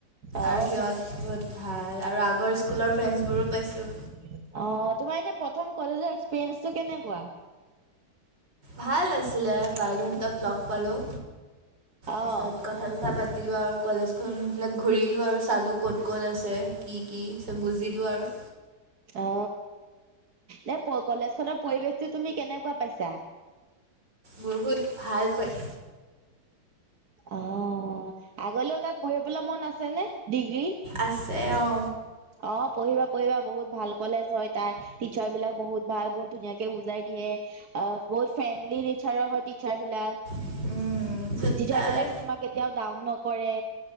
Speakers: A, on the right (about 60°); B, on the right (about 80°).
A: অ
B: আৰু সিহঁত বহুত ভাল আৰু আগৰ স্কুলৰ ফ্ৰেন্স বোৰো পাইছো
A: অ তোমাৰ এনে প্ৰথম কলেজৰ এক্সপিৰিয়েঞ্চটো কেনেকুৱা?
B: ভাল আছিলে, বাইদেউহঁতক লগ পালোঁ তাছত
A: অ
B: কথা-চথা পাতিলোঁ আৰু কলেজখন সিফালে ঘূৰিলোঁ আৰু চালোঁ ক'ত ক'ত আছে কি কি চব বুজিলোঁ আৰু
A: অ নে কলেজখনৰ পৰিৱেশটো তুমি কেনেকুৱা পাইছা?
B: বহুত ভাল পাইছ
A: অ' আগলেও তাত পঢ়িবলৈ মন আছে নে ডিগ্ৰী?
B: আছে অঁ
A: অ' পঢ়িবা পঢ়িবা বহুত ভাল কলেজ হয় তাৰ টিচাৰ বিলাক বহুত ভাল, বহুত ধুনীয়াকে বুজাই দিয়ে। অ', বহুত ফ্ৰেণ্ডলি টিচাৰো হয়, টিচাৰ বিলাক।
B: তাৰপিছত
A: টিচাৰ
B: তাৰ
A: বিলাকে তোমাক কেতিয়াও ডাউন নকৰে।